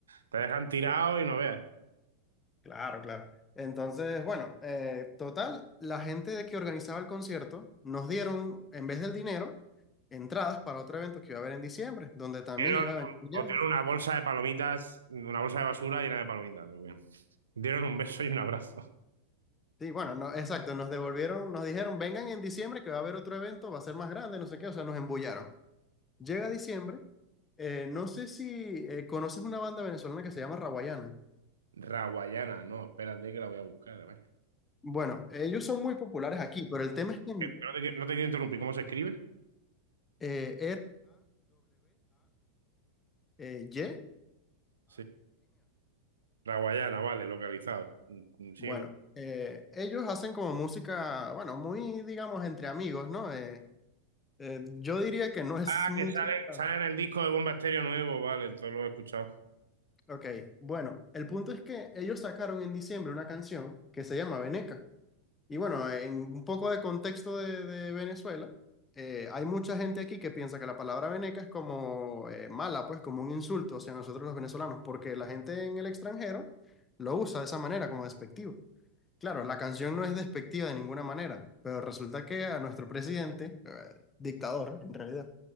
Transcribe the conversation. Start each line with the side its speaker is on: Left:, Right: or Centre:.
Right: te dejan tirado y no veas.
Left: Claro, claro. Entonces, bueno, eh, total, la gente de que organizaba el concierto nos dieron, en vez del dinero, entradas para otro evento que iba a haber en diciembre, donde también
Right: Dieron,
Left: iba a venir ya.
Right: os dieron una bolsa de palomitas, una bolsa de basura llena de palomitas. creo que. Dieron un beso y un abrazo.
Left: Sí, bueno, no, exacto, nos devolvieron, nos dijeron, vengan en diciembre que va a haber otro evento, va a ser más grande, no sé qué, o sea, nos embullaron. Llega diciembre, eh, no sé si eh, conoces una banda venezolana que se llama Rawayana.
Right: Raguayana, no, espérate que la voy a buscar además.
Left: Bueno, ellos son muy populares aquí, pero el tema es que
Right: Espérate, que No te, quiero- no te quiero interrumpir, ¿cómo se escribe?
Left: eh, R-A-W-A-Y-A-N-A.
Right: Sí. Raguayana, vale, localizado. Un- un ciego.
Left: Bueno, eh, ellos hacen como música, bueno, muy, digamos, entre amigos, ¿no? Eh, eh, yo diría que no es
Right: Ah,
Left: música.
Right: que sale, sale en el disco de Bomba Estéreo nuevo, vale, entonces lo he escuchado.
Left: Ok, bueno, el punto es que ellos sacaron en diciembre una canción que se llama Veneca. Y bueno, en un poco de contexto de, de Venezuela, eh, hay mucha gente aquí que piensa que la palabra veneca es como eh, mala, pues como un insulto hacia nosotros los venezolanos, porque la gente en el extranjero lo usa de esa manera, como despectivo. Claro, la canción no es despectiva de ninguna manera, pero resulta que a nuestro presidente, eh, dictador en realidad,